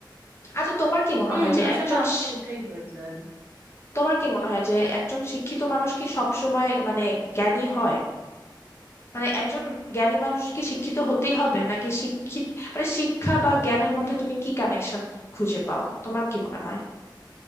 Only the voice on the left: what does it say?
আচ্ছা তোমার কি মনে
হয় যে
একজন
শি-
তোমার কি মনে হয় যে একজন শিক্ষিত মানুষ কি সবসময় মানে জ্ঞানী হয় মানে একজন জ্ঞানী মানুষ কি শিক্ষিত হতেই হবে নাকি শিক্ষিত মানে শিক্ষা বা জ্ঞানের মধ্যে তুমি কি কানেকশন খুঁজে পাও তোমার কি মনে হয়